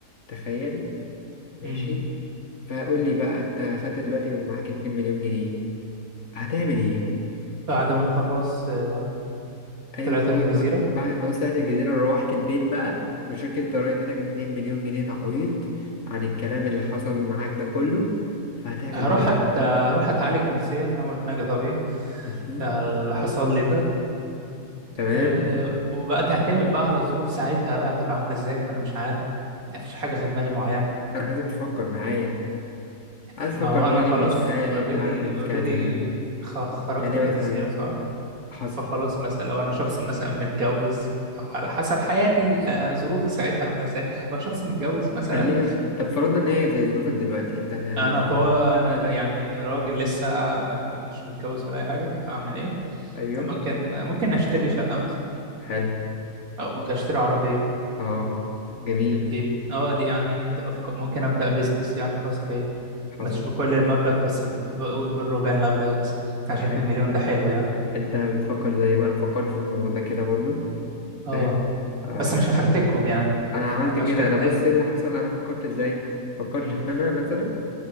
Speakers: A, on the left; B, on the right.
A: تخيل ماشي
B: امم
A: فقول لي بقى انت خدت دلوقتي ومعاك 2 مليون جنيه هتعمل ايه
B: بعد ما خلاص آه،
A: ايوه
B: طلعت
A: خلاص
B: من الجزيره
A: بقى بعد ما خلاص طلعت الجزيره روحت البيت بقى وشركه الضرايب ادتك 2 مليون جنيه تعويض عن الكلام اللي حصل معاك ده كله فهتعمل
B: هروح
A: بهم ايه
B: أت... هروح اتعالج نفسيا اول حاجه طبيعي
A: ماشي
B: يعني اللي حصل لي ده
A: تمام
B: أه وبقى تعتمد بقى على الظروف ساعتها بقى هتبقى عامله ازاي ما انا مش عارف مفيش حاجه في دماغي معينه
A: انا عايزك تفكر معايا عايز
B: ما
A: تفكر
B: هو
A: تقول
B: انا خلاص
A: لي مش عارف
B: اوريدي
A: هعمل
B: اوريدي
A: كذا
B: خرجت
A: يعني
B: من الجزيره
A: مثلا
B: صح
A: حصل
B: فخلاص مثلا لو انا شخص مثلا متجوز او على حسب حياتي آه، ظروفي ساعتها عامله ازاي لو شخص متجوز مثلا
A: خلينا طب فرضنا ان هي زي ظروفك دلوقتي انت هتعمل
B: انا
A: ايه
B: طو... انا بقى يعني راجل لسه مت... مش متجوز ولا اي حاجه اعمل ايه
A: ايوه
B: ممكن ممكن اشتري شقه مثلا
A: حلو
B: او ممكن اشتري عربيه
A: اه جميل
B: دي اه دي يعني دي افكار ممكن ابدا بزنس يعني خاص بيا
A: حصل
B: مش بكل المبلغ بس ب- بقول بالربع المبلغ مثلا عشان
A: حلو
B: 2 مليون ده حلو يعني
A: انت بتفكر زي بقى انا فكرت في الموضوع ده كده برضو
B: اه
A: فاهم آه
B: بس مش هفرتكهم يعني
A: انا عملت
B: ما بقاش
A: كده
B: كداب
A: انا بص ايه اللي حصل انا فكرت ازاي فكرت
B: مم.
A: ان انا مثلا